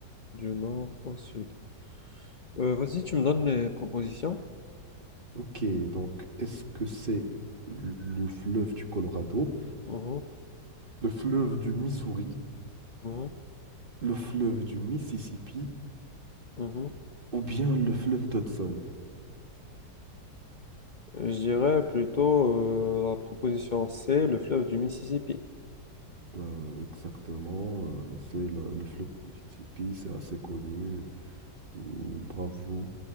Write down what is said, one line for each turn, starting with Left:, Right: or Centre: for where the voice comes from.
Left: du nord au sud. Euh, vas-y, tu me donnes les propositions.
Right: Ok, donc est-ce que c'est le fleuve du Colorado,
Left: Mhm,
Right: le fleuve du Missouri,
Left: mhm,
Right: le fleuve du Mississippi
Left: mhm.
Right: ou bien le fleuve d'Hudson?
Left: Je dirais plutôt euh, la proposition C, le fleuve du Mississippi.
Right: Ben, exactement, euh, c'est la- le fleuve du Mississippi, c'est assez connu. Bravo.